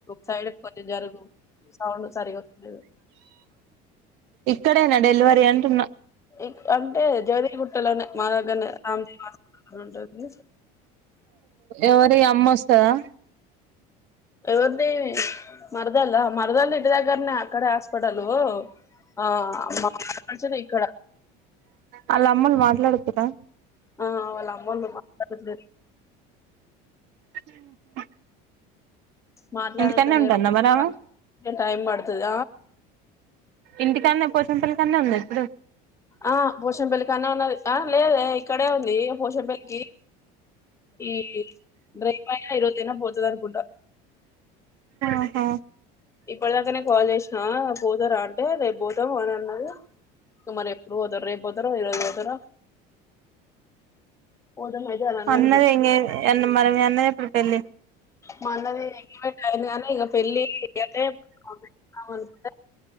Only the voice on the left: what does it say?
సైడ్ పో జరుగు సౌండ్ సరిగా వలేదు
ఇక డఅంటే జవదే గుట్టలోనే మా దగ్గరనే రామ్దేవి మా ఉంటుంది
అంద మరదల్ మరదల్ ఇంటి దగ్గరనే అక్కడ హాస్పిటలు ఆ మా మాటపడిచ ఇక్కడ
ఆ అళ అమ్మోంద మా స్త గుంట ది
మాట్లాడుతలేరు
ఇగ టైమ్ పడుతది
ఆ పోషం పెల్లికి కానే ఉన్నది ఆ లేదే ఇక్కడే ఉంది పోషంపేల్లికి ఈ రేపు అయినా ఈ రోజు పోతది అనుకుంటా
ఇప్పటి దాకానే కాల్ చేసినా పోతారా అంటే రేపు పోతాము అని అన్నది మరి ఎప్పుడు పోతారో రేపు పోతారో ఈ రోజు పోతారో పోదాం అయితే అని అన్నారు
మరి
మా అన్నది ఎంగేజ్మెంట్ కానీ ఇగ పెళ్ళి గదే పెట్టుకుందామనుకుంటే